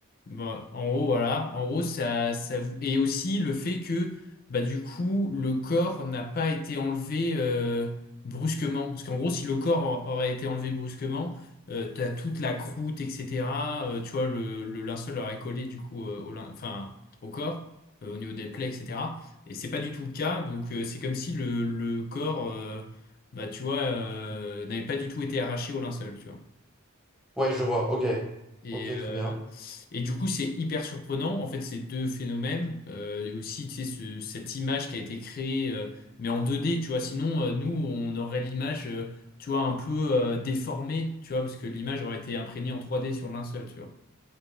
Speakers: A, on the left (about 45°); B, in the centre.
A: Bah, en gros, voilà. En gros, ça, ça... vous- Et aussi le fait que, bah, du coup, le corps n'a pas été enlevé euh, brusquement. Parce qu'en gros, si le corps a- aurait été enlevé brusquement, euh, t'as toute la croûte, etc. euh, tu vois, le, le linceul aurait collé, du coup, euh, au, lin- enfin, au corps, euh, au niveau des plaies, etc. Et c'est pas du tout le cas. Donc, euh, c'est comme si le, le corps, euh, bah, tu vois, euh, n'avait pas du tout été arraché au linceul, tu vois.
B: Ouais, je vois. Ok.
A: Et,
B: Ok,
A: euh,
B: très bien.
A: et du coup, c'est hyper surprenant, en fait, ces deux phénomènes. Euh, et aussi, tu sais, ce- cette image qui a été créée, euh, mais en 2D, tu vois. Sinon, euh, nous, on aurait l'image, euh, tu vois, un peu euh, déformée, tu vois, parce que l'image aurait été imprégnée en 3D sur le linceul, tu vois.